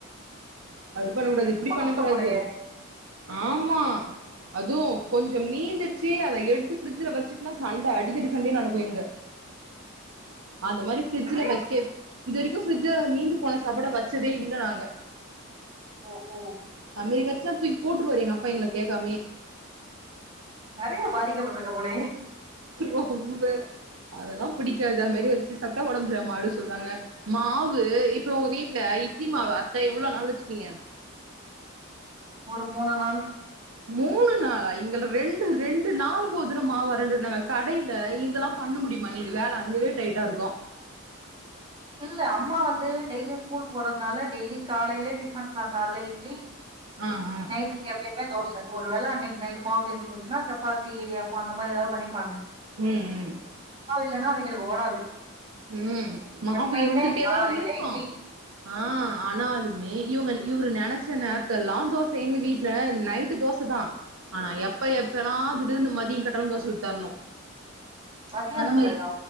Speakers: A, on the right; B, on the right.
A: அது பண்ண கூடாது இப்டி
B: ரொம்ப
A: பண்ணக்க
B: கஷ்டோ
A: கூடாது
B: போலயே
A: ஆமா அதுவு கொஞ்சோ மீந்துட்சி அத எடுத்து ஃபிரிட்ஜ வச்சுட்டனா சண்ட அடிதடி சண்டையே நடக்கு இங்க அந்த மாரி ஃபிரிட்ஜ்ல
B: நெறைய
A: வைக்க இது வரைக்கு ஃபிரிட்ஜ மீந்து போன சாப்பாட வச்சதே இல்ல நாங்க
B: ஓ ஓ
A: அது மாரி வெச்சா தூக்கி போற்றுவாரு எங்க அப்பா எங்கள கேட்காமையே
B: நெறைய பாதிக்கப்பட்டிருக்க போலயே
A: ஒ ரொம்ப அதெல்லா புடிக்காது அது மாரி வெச்சு சாப்டா ஒடம்பு சரியில்லாம ஆயிடு சொல்லுவாங்க மாவு இப்ப உங்க வீட்டுல இட்லி மாவு அரசா எவ்ளோ நாள் வெச்சுப்பீங்க
B: ஒரு மூணு நாள்
A: மூணு நாளா எங்கள ரெண்டு ரெண்டு நாள்லுக் ஒருதர மாவு அரைன்டிருந்தாங்க கடையில இதெல்லா பண்ண முடியுமா எங்களுக்கு வேல அங்கவே டைட்டா இருக்கு
B: இல்ல அம்மா வந்து டெய்லி ஸ்கூல் போறதுனால டெய்லி காலையில டிஃபன் தா காலைல இட்லி
A: ஆ ஆ
B: நைட்டுக்கு எப்பயுமே தோச ஒரு வேல அன்னைக்கு நைட்டு மாவு தீந்து போச்சீங்கன்னா சப்பாத்தி இடியாப்போ அந்த மாரி எதாது பண்ணிப்பாங்க
A: ம் ம்
B: இல்லனி அவிங்குளுக் ஓடாது
A: ம் மாவு
B: எப்பயுமே
A: இருந்துட்டே
B: காலையில
A: தா இருக்கூ
B: இட்லி
A: ஆ ஆனாலுமே இவுங்க இவுரு நெனைச்ச நேரத்தல்லா தோச எங்க வீட்ல நைட்டு தோச தா ஆனா எப்ப எப்பெல்லா திடிர்னு மதிய கேட்டாலு தோச ஊத்தர்ணு
B: மதியானத்துலயா
A: அந்த மாரி